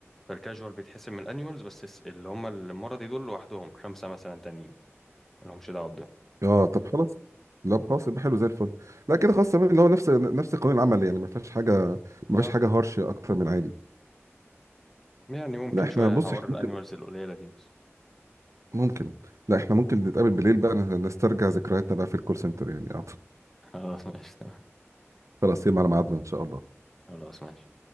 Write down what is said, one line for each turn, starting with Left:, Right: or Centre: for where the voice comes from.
Centre: فالكاجوال بيتحسب من الانيوالز بس الس- اللي هم المرضي دول لوحدهم خمسه مثلا تانيين ملهمش دعوه بده
Right: اه طب خلاص لا خلاص يبقى حلو زي الفل لا كده خلاص تمام اللي هو نفس نفس قانون العمل يعني ما فيهاش حاجه ما
Centre: اه
Right: فيهاش حاجه هارش اكتر من عادي
Centre: يعني ممكن
Right: لا احنا
Centre: شويه
Right: بص
Centre: هقول
Right: احنا
Centre: الانيوالز
Right: ممكن
Centre: القليله دي بس
Right: ممكن لا احنا ممكن نتقابل بالليل بقى نسترجع ذكرياتنا بقى في الكول سنتر يعني أعتقد.
Centre: خلاص ماشي تمام
Right: خلاص يبقى على ميعادنا ان شاء الله
Centre: خلاص ماشي